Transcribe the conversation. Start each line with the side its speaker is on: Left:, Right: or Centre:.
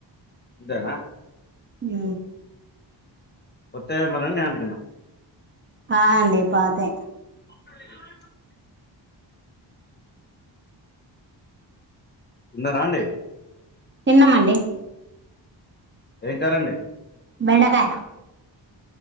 Left: అంతేనా
Right: ఉ
Left: కొత్తయా మరి నేను అనుకున్నా
Right: కాదు అండి పాతాయి
Left: ఒకలు ఎటు పోయిండు ఉన్నరా అండి
Right: తిన్నామండి
Left: ఏ కర్రీ అండి
Right: బెండకాయ